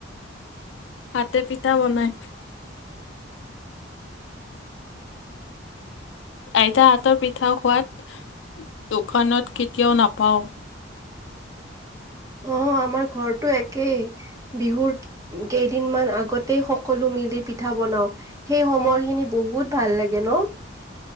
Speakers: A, on the left; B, on the right.
A: হাতে পিঠা বনাই। আইতা হাতৰ পিঠা খোৱাত দোকানত কেতিয়াও নাপাও।
B: অ আমাৰ ঘৰটো একেই বিহুৰ। কেইদিনমান আগতেই সকলো মিলি পিঠা বনাও। সেই সময়খিনি বহুত ভাল লাগে নহ।